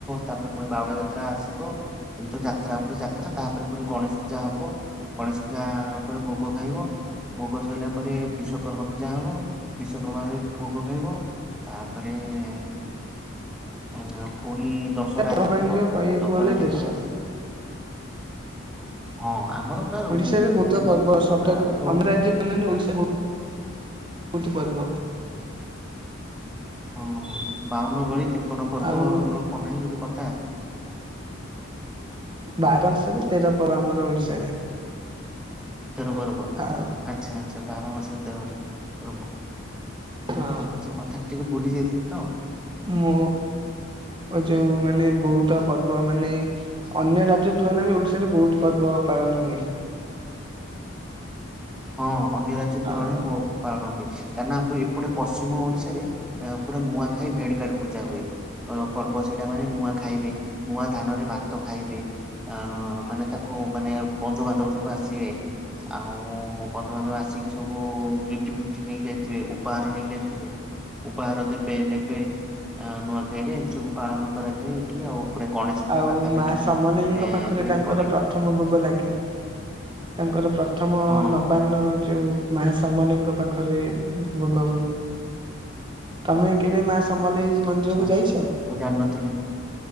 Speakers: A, in the centre; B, on the right.
A: ତାପରେ ପୁଣି ବାହୁଡ଼ା ଯାତ୍ରା ଆସିବ ଏମିତି ଯାତ୍ରା ଉପରେ ଯାତ୍ରା ତାପରେ ପୁଣି ଗଣେଶ ପୂଜା ହବ ଗଣେଶ ପୂଜା ପରେ ଭୋଗ ଖାଇବ ଭୋଗ ସଇଲା ପରେ ବିଶ୍ଵକର୍ମା ପୂଜା ହବ ବିଶ୍ଵକର୍ମାରେ ବି ଭୋଗ ଖାଇବ ତା ପରେ ଆ ପୁଣି ଦଶହରା
B: ପର୍ବାଣୀର
A: ଆସିଯିବ
B: କହିବାକୁ
A: ଦଶହରାରେ
B: ଗଲେ ଦେଶ
A: କଣ ଆସିବ? ହଁ ଆମର ପୁରା
B: ଓଡିଶାରେ ବହୁତ
A: ଯେମିତି
B: ପର୍ବ ସବୁଠାରୁ
A: ପୁରା ହଁ
B: ଅନ୍ୟ ରାଜ୍ୟ ଅନ୍ୟାନ୍ୟ ଓଡିଶା ବହୁତ ପର୍ବ।
A: ହଁ ବାଉନ ଗଳି ତେପନ ପର୍ବ
B: ଆଉ
A: ଆମର କଣ ନାହିଁ ଗୋଟେ କଥା।
B: ବାର ମାସରେ ତେର ପର୍ବ ଆମର ଓଡିଶାରେ।
A: ତେର ପବର ଆ
B: ଆଉ
A: ଆଚ୍ଛା ଆଚ୍ଛା ବାର ମାସରେ ତେର ପର୍ବ
B: ହଁ
A: ଆଁ ସେ କଥା ଟିକିଏ ଭୁଲି ଯାଇଥିଲି ତ
B: ମୋର ଯୋଉ ମାନେ ବହୁତ ପର୍ବ ମାନେ ଅନ୍ୟ ରାଜ୍ୟ ତୁଳନାରେ ଓଡିଶାରେ ବହୁତ ପର୍ବ ପାଳନ ହୁଏ।
A: ହଁ ଅନ୍ୟ ରାଜ୍ୟ ତୁଳନାରେ
B: ଆଉ
A: ବହୁତ। ପାଳନ ହୁଏ କାହିଁନା ଏପେ ଏପଟେ ପଶ୍ଚିମ ଓଡିଶାରେ ପୁରା ନୂଆଖାଇ ଭେଟ୍ ଭାଟ୍ ପୂଜା ହୁଏ। ବଡ ପର୍ବ ସେଇଟା ମାନେ ନୂଆ ଖାଇବେ ନୂଆ ଧାନରେ ଭାତ ଖାଇବେ ଆ ମାନେ ତାକୁ ମାନେ ବନ୍ଧୁ ବାନ୍ଧବ ସବୁ ଆସିବେ ଆଉ ବନ୍ଧୁ ବାନ୍ଧବ ଆସିକି ସବୁ ଗିଫ୍ଟ ଫିଫ୍ଟ ନେଇକି ଆସିଥିବେ ଉପହାର ନେଇକି ଆସିଥିବେ। ଉପହାର ଦେବେ ନେବେ ଆ ନୂଆ ସେଇଠି ଏମିତି ସବୁ ପାଳନ କରାଯାଏ ଏଠି ଆଉ ପୁରା ଗଣେଶ ପୂଜା
B: ଆଉ
A: ପାଖା
B: ମା
A: ପାଖି ଏ
B: ସମଲେଇଙ୍କ ପାଖରେ
A: ଇଏରେ
B: ତାଙ୍କର
A: ପଡେ।
B: ପ୍ରଥମ ଭୋଗ ଲାଗେ ତାଙ୍କର ପ୍ରଥମ
A: ହଁ
B: ନବାଅନ୍ନ ଯୋଉ ମା ସମ୍ବଲେଇଙ୍କ ପାଖରେ ଭୋଗ ହୁଏ। ତମେ କେବେ ମା ସମ୍ବଲେଇ ମନ୍ଦିରକୁୁ
A: ଆଚ୍ଛା
B: ଯାଇଛ?
A: ମୁଁ ଜାଣିନଥିଲି